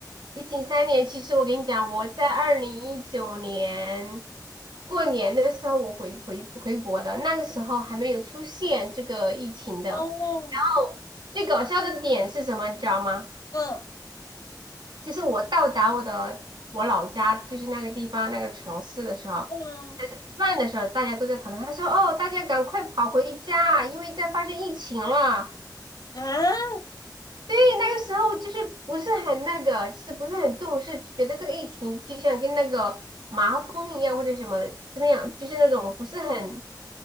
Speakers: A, on the right; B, on the left.
A: 疫情三年，其实我跟你讲，我在二零一九年过年的时候，我回回回国的，那个时候还没有出现这个疫情的。
B: 哦，
A: 然后最搞笑的点是什么，你知道吗？
B: 嗯
A: 就是我到达我的我老家，就是那个地方那个城市的时候，
B: 嗯
A: 吃饭的时候大家都在讨论，他说：“哦，大家赶快跑回家，因为在发生疫情了。”
B: 啊，
A: 对，那个时候就是不是很那个，就是不是很重视，觉得这个疫情就像跟那个麻风一样或者什么怎么样，就是那种不是很